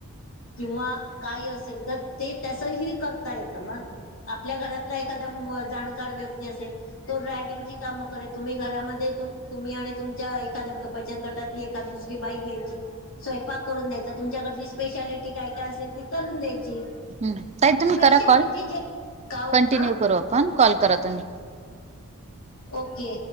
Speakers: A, on the left; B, on the right.
A: किंवा काही असेल तर ते तसही करता येत. मग आपल्या घरातला एखादा जाणकार व्यक्ती असेल तो ड्रायवि्हंगची काम करेल. तुम्ही घरामध्ये तुम्ही आणि तुमच्या एखाद्या बचत गट एखाद दुसरी बाई घ्यायची स्वयंपाक करून द्यायच तुमच्याकडची स्पेशालिटी काय, काय असेल ती करून द्यायची.
B: हम्म ताई तुम्ही
A: स्पेशल
B: करा कॉल
A: म्हणजे जे गाव
B: कंटिन्यू
A: अ
B: करू आपण कॉल करा तुम्ही.
A: ओके.